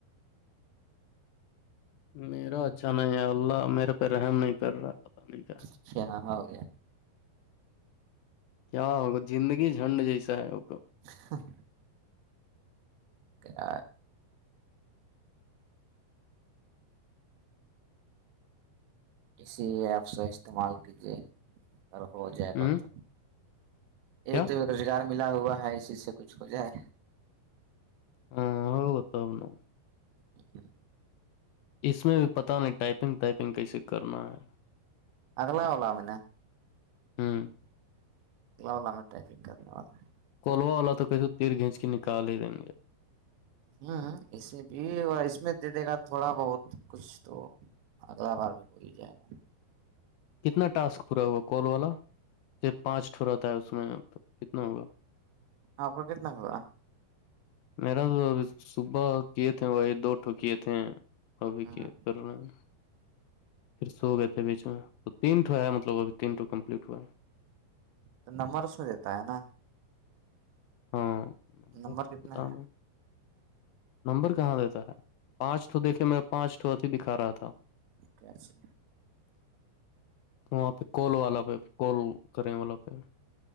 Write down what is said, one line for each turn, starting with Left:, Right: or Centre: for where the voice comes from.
Left: میرا اچھا نہیں ہے اللہ میرے پہ رحم نہیں کر رہا پتا نہیں کیا
Right: اچ ہاں ہو گے
Left: کیا ہوگا زندگی جھنڈ جیسا ہے ہوگا
Right: ہاں <unintelligible> اسی ایپ سے استعمال کیجیے اگر ہو جائے گا
Left: ہ
Right: تو ایک
Left: کیا
Right: تو ب روزگار ملا ہوا ہے اسی سے کچھ ہو جائے
Left: ہاں ہو گت نا
Right: اک
Left: اس میں بھی پتاہ نہیں ٹائپنگ ٹائپنگ کیسے کرنا ہے
Right: اگلا ہولہ من
Left: ہاں
Right: لام ٹائنگ کرنے والاوں
Left: کولوا والا تو کیس تیر گھینچ کے نکال ہی دیں گے
Right: ہوں اس میں بھی اس میں دے دے گا تھوڑا بہت کچھ تو اگلا بار بھی ہو ہی جائے گا
Left: کتنا ٹاسک پورا ہوا کال والا صرف پانچ ٹھوراتا ہے اس میں کتنا ہوگا
Right: آاںپ کتنا ہوگوا
Left: میرا توب صبح کیے تھے وہی دو ٹھوکیے تھے ابھی
Right: ہ
Left: کی کرنا ہے پھر سو گئے تھے بیچ میں تو تینٹو ہے مطلبھی تینٹ کمپلیٹ ہوا ہے
Right: تو نمبر اس میں دیتا ہے نا
Left: ہاں
Right: نمبر کتنا
Left: پتا
Right: ہے
Left: نہیں نمبر کہاں دیتا ہے پانچ تو دیکھے میرے پانچ تو اتیھی دکھا رہا تھا
Right: کیاچے
Left: <inaudible> وہاں پہ کال والا پہ کال کریں والا پہ